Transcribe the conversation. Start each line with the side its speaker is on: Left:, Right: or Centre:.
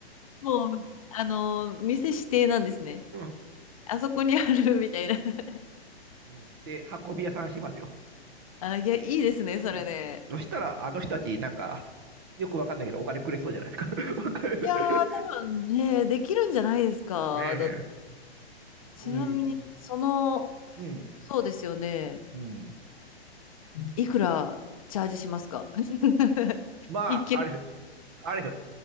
Left: もう、あの、店指定なんですね。
Right: うん
Left: あそこにあるみたいな。<laughs>
Right: うんで、運び屋さんしますよ。
Left: あ、いや、いいですね、それね。
Right: うん、そしたら、あの人たち、なんか、よくわかんないけど、お金くれそうじゃないですか。わ <laughs> かんない。
Left: いやー、多分ね、できるんじゃないですか。
Right: ねえ。
Left: だ、ちなみに、
Right: うん、
Left: その、
Right: うん、
Left: そうですよね。
Right: うん。
Left: いくらチャージしますか <laughs>
Right: まあ、
Left: 一件
Right: あれ、あれ